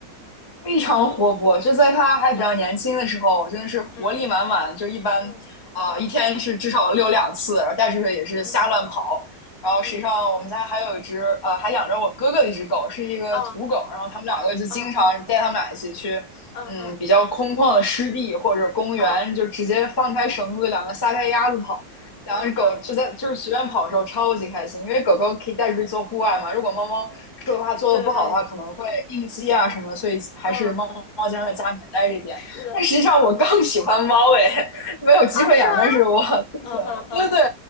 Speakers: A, on the left; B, on the left.
A: 非常活泼，就在他还比较年轻的时候，
B: 是吧？
A: 真的是活力满满。
B: 嗯嗯
A: 就一般
B: 嗯
A: 啊、一天是至少遛两次，然后带出去也是瞎乱跑。
B: 嗯
A: 然后实际上我们家还有一只呃，
B: 嗯，
A: 还养着我哥哥的一只狗，是一个土狗。
B: 啊
A: 然后他们两个就经常带他们俩一起去，
B: 啊啊啊
A: 嗯，比较空旷的湿地或者公园，
B: 啊
A: 就直接放开绳子，两个撒开鸭子跑。两只狗就在就是随便跑的时候超级开心，
B: 啊啊，
A: 因为狗狗可以带出去做户外嘛。如果猫猫说的话做的不好的话，
B: 对，
A: 可能会应激啊什么的所以还是猫猫经常在家里面待着一点。
B: 嗯，是的，
A: 但实际上我更喜欢猫诶，<laughs> 没有机会养，
B: 啊，是吗？
A: 但是我更喜欢猫。
B: 嗯嗯嗯
A: 对对